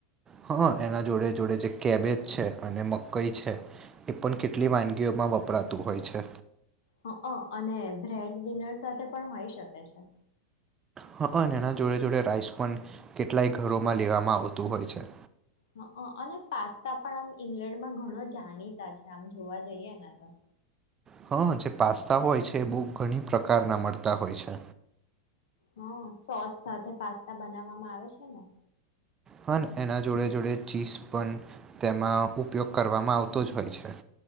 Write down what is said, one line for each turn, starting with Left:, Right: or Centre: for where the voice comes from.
Right: હા એના જોડે જોડે જે કેબેજ છે અને મકઈ છે એ પણ કેટલી વાનગીઓમાં વપરાતું હોય છે
Left: હં અને બ્રેડ ડિનર સાથે પણ હોઈ શકે છે
Right: હંઅને એના જોડે જોડે રાઇસ પણ કેટલાય ઘરોમાં લેવામાં આવતું હોય છે
Left: હંક અને પાસ્તા પણ આમ ઇંગ્લેન્ડમાં ઘણો જાણીતા છે આમ જોવા જઈએ ને તો
Right: હા જે પાસ્તા હોય છે એ બહુ ઘણી પ્રકારના મળતા હોય છે
Left: હા સોસ સાથે પાસ્તા બનાવવામાં આવે છે ને
Right: પણ એના જોડે જોડે ચીઝ પણ તેમાં ઉપયોગ કરવામાં આવતો જ હોય છે